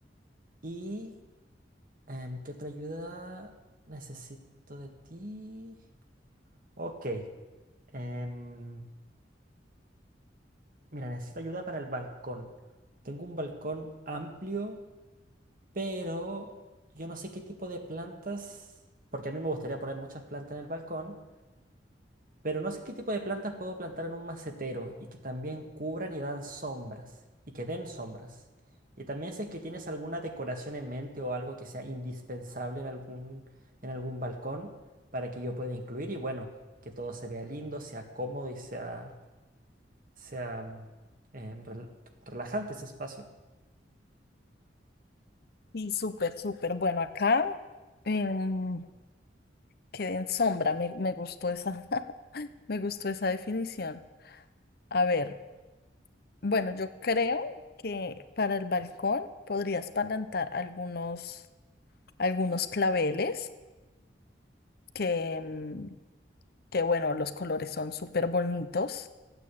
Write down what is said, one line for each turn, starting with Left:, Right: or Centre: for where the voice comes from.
Right: ¿Y em, qué otra ayuda necesito de ti? Ok. em, mira, necesito ayuda para el balcón. Tengo un balcón amplio, pero yo no sé qué tipo de plantas, porque a mí me gustaría poner muchas plantas en el balcón. Pero no sé qué tipo de plantas puedo plantar en un macetero y que también cubran y dan sombras, y que den sombras. Y también sé que tienes alguna decoración en mente o algo que sea indispensable en algún, en algún balcón para que yo pueda incluir y bueno, que todo se vea lindo, sea cómodo y sea, sea mm, em, rel- relajante ese espacio.
Left: Y súper, súper. Bueno, acá em, quedé en sombra. Me, me gustó esa, <laughs> me gustó esa definición. A ver, bueno, yo creo que para el balcón podrías plantar algunos, algunos claveles que, em, que bueno, los colores son súper bonitos.